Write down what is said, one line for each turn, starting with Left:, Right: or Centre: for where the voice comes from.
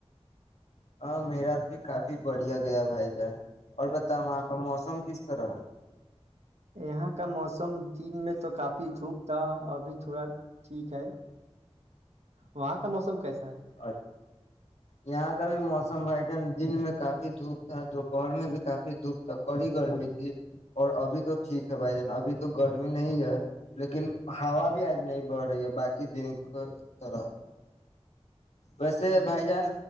Left: ہاں میرا بھی کافی بڑھیا گیا بھائی جان اور بتاؤ وہاں کا موسم کس طرح
Right: یہاں کا موسم موسم دن میں تو کافی دھوپ تھا ابھی تھوڑا ٹھیک ہے وہاں کا موسم کیسے
Left: ا یہاں کا بھی موسم م بھائی جان دن میں کافی دھوپ تھا دوپہر میں بھی کافی دھوپ تھا کڑی گرمی تھی اور ابھی تو ٹھیک ہے بھائی جان ابھی تو گرمی نہیں ہے لیکن ہا بھی آج نہیں بڑھ رہی ہے باقی دن کے طرح ویسے
Right: ٹھیک
Left: بھائی جان